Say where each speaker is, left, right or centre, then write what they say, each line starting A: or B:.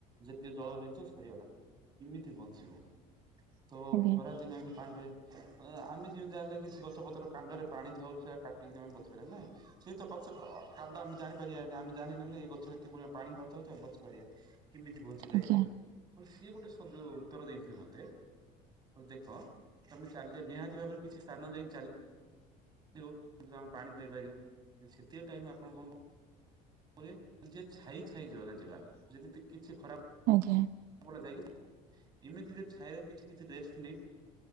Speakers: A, on the right; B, on the right.
A: ଯେତେ ଜଳ ଲିଞ୍ଚ ସରିଗଲା କେମିତି ବଞ୍ଚିବ? ତ
B: ଆଜ୍ଞା
A: ଖରା ଦିନ ଏମ ତ ପାଣି ପରିବା। ଆମେ ଯେମିତି ଜାଣିଲେ କିଛି ଗଛପତ୍ର କାଣ୍ଡରେ ପାଣି ଥାଉଛି ସେଟା କାଟିକିମେ ବଜିପାରିଲ ନାଇଁ। ସେ ତ କା ଆମେ ଜାଣିପାରିବାାନି ଆମେ ଜାଣିନି ଏଇ ଗଛରେ ଏପ ପ ପାଣି ଭରତ ହଉ ଆେ ବଞ୍ଚିପାରିବା। କେମିତି ବଞ୍ଚି ପାରିବା
B: ଆଜ୍ଞା
A: ସିଏ ଗୋଟେ ସଜ ଉତ୍ତର ଦେଇଥିଲେ ମତେ ଦେଖ ତମେ ଚାଲ ନିହାତି ଭାବରେ କିଛି ସ୍ଥାନ ଯାଇକ ଚାଲି କିନ୍ତୁ ଆପଣ ପାଣି ପାଇପାରିବ ସେତିକ ଟାଇମ୍ ଆପଣ କଣ କ ନିଜେ ଛାଇ ଛାଇ ଯିବାକ ଯିବା ଯଦି କିଛି ଖରା
B: ଆଜ୍ଞା
A: ବ ଯାଇ କିଛି ଏମିତି ଯେ ଛାଇରେ କିଛି କିଛି ରେଷ୍ଟ ନେଇ